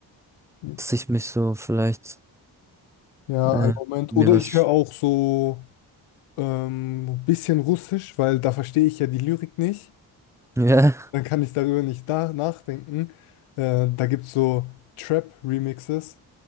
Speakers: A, on the left; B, in the centre.
A: hm,
B: dass ich mich so vielleicht
A: ja,
B: äh,
A: ein Moment.
B: mir
A: Oder
B: was,
A: ich höre auch so ähm, ein bisschen Russisch, weil da verstehe ich ja die Lyrik nicht.
B: <laughs> ja,
A: dann kann ich darüber nicht da nachdenken. Äh, da gibt es so Trap-Remixes.